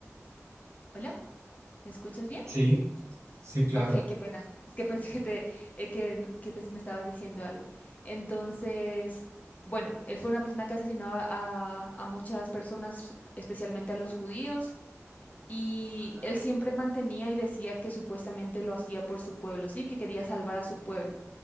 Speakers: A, on the left; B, on the right.
A: ¿Hola? ¿Me escuchas bien?
B: sí, sí, claro.
A: Ah, Ok, qué pena. <laughs> Es que pensé que te, eh, que, n- que te- me estabas diciendo algo. Entonces, bueno, él fue una persona que asesinó a, a a muchas personas, especialmente a los judíos. Y
B: Ajá.
A: él siempre mantenía y decía que supuestamente lo hacía por su pueblo, sí, que quería salvar a su pueblo,